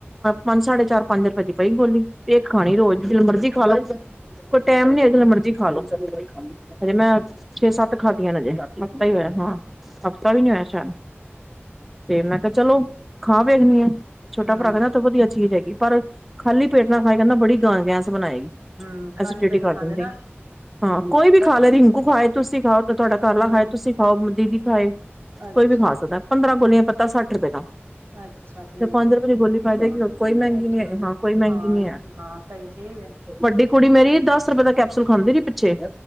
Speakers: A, in the centre; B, on the right.
A: ਪੰਜ ਸਾਢੇ ਚਾਰ-ਪੰਜ ਰੁਪਏ ਦੀ ਪਈ ਗੋਲੀ। ਤੇ ਇਕ ਖਾਣੀ ਰੋਜ਼ ਜਦੋ ਮਰਜ਼ੀ ਖਾਲੋ। ਕੋਈ ਟੈਮ ਨੀ ਅਗਲੇ ਮਰਜ਼ੀ ਖਾ ਲੋ ਹਜੇ ਮੈਂ ਛੇ-ਸੱਤ ਖਾਦੀਆਂ ਨੇ ਅਜੇ ਹਫ਼ਤਾ ਹੀ ਹੋਇਆ, ਹਾਂ ਹਫ਼ਤਾ ਵੀ ਨੀ ਹੋਇਆ ਸ਼ਾਇਦ ਤੇ ਮੈਂ ਕਿਹਾ ਚਲੋ ਖਾ ਵੇਖਣੀ ਆ। ਛੋਟਾ
B: ਹੂੰ
A: ਭਰਾ ਕਹਿੰਦਾ ਤੇ ਉਹ ਵਧੀਆ ਚੀਜ ਹੈਗੀ ਪਰ ਖਾਲੀ ਪੇਟ ਨਾ ਖਾਈ ਕਹਿੰਦਾ ਬੜੀ ਗੈਸ ਬਣਾਏਗੀ।
B: ਹੂੰ ਖਾਲੀ
A: ਐਸਲਿਟੀ
B: ਪੇਟ
A: ਕਰ
B: ਨੀ ਖਾਂਦੇ
A: ਦਿੰਨਦੇ,
B: ਨਾ
A: ਹਾਂ ਕੋਈ ਵੀ ਖਾ ਲੈ ਰਿੰਕੂ ਖਾਏ ਤੁਸੀਂ ਖਾਓ। ਤੁਹਾਡਾ ਘਰਲਾ
B: ਹੂੰ
A: ਖਾਏ, ਤੁਸੀਂ ਖਾਓ, ਦੀਦੀ ਖਾਏ
B: ਅੱਛਾ
A: ਕੋਈ ਵੀ ਖਾ ਸਕਦਾ। ਪੰਦਰਾਂ ਗੋਲੀਆਂ ਪੱਤਾ ਸੱਠ ਰੁਪਏ ਦਾ
B: ਅੱਛਾ ਠੀਕ
A: ਜੇ ਪੰਜ
B: ਹੈ
A: ਰੁਪਏ ਦੀ ਗੋਲੀ ਪਾਈ ਜਾਏਗੀ। ਕੋਈ ਮਹਿੰਗੀ ਨੀ
B: ਹੂੰ
A: ਹੈ, ਹਾਂ ਕੋਈ ਮਹਿੰਗੀ
B: ਹਾਂ
A: ਨੀ ਹੈ।
B: ਹਾਂ ਸਹੀ ਠੀਕ ਹੈ
A: ਵੱਡੀ ਕੁੜੀ ਮੇਰੀ ਦਸ ਰੁਪਏ ਦਾ ਕੈਪਸੂਲ ਖਾਂਦੀ ਰੀ ਪਿੱਛੇ